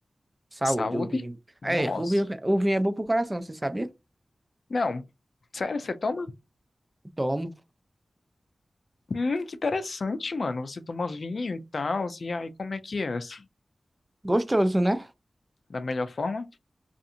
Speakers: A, on the right (about 20°); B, on the left (about 70°).
A: saúde,
B: Saúde?
A: o vinho.
B: Nossa.
A: É, o vinho, o vinho é bom pro coração, você sabia?
B: Não, sério, você toma?
A: Tomo.
B: Hum, que interessante, mano. Você toma vinho e tal, e aí como é que é, assim?
A: Gostoso, né?
B: Da melhor forma?